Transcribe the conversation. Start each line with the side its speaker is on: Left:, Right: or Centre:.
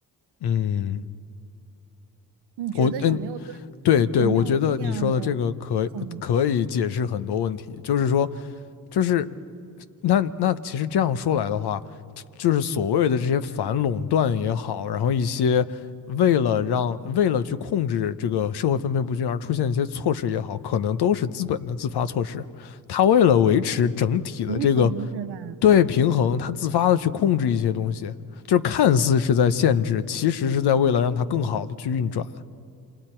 Left: 嗯，
Right: 你觉得有没有就是有没有这样的
Left: 我嗯，对对，我觉得你说的这个可可以解释很多问题，
Right: 可能
Left: 就是说，就是那那其实这样说来的话，就是所谓的这些反垄断也好，然后一些为了让为了去控制这个社会分配不均而出现一些措施也好，可能都是资本的自发措施。他为了维持整体的这个
Right: 平衡是吧？
Left: 对平衡，他自发的去控制一些东西，就是看似是在限制，其实是在为了让它更好的去运转。